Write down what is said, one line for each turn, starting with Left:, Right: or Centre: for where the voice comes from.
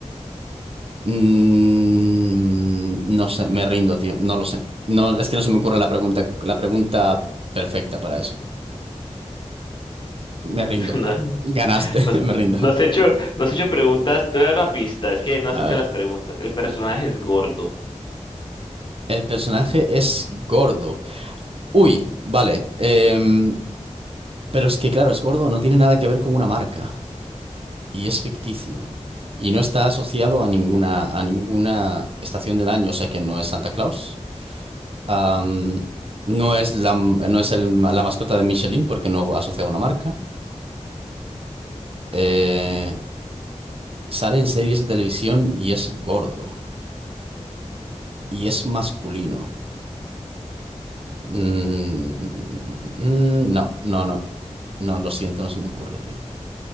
Right: Mm, no sé, me rindo, tío. No lo sé. No, es que no se me ocurre la pregunta, la pregunta perfecta para eso. Me rindo.
Left: <laughs> No, Mm.
Right: Ganaste,
Left: no has
Right: <laughs> me rindo.
Left: no has hecho, no has hecho preguntas. Te voy a dar una pista. Es que no has
Right: A
Left: hecho
Right: ver.
Left: las preguntas. El personaje es gordo.
Right: El personaje es gordo. Uy, vale. em, pero es que, claro, es gordo, no tiene nada que ver con una marca. Y es ficticio. Y no está asociado a ninguna, a ninguna estación del año, o sea que no es Santa Claus. Am, no es la, no es el- la mascota de Michelin porque no va asociado a una marca. eh, sale en series de televisión y es gordo y es masculino. Mm, mm, mm, mm, no, no, no, no, lo siento, no se me ocurre, tío.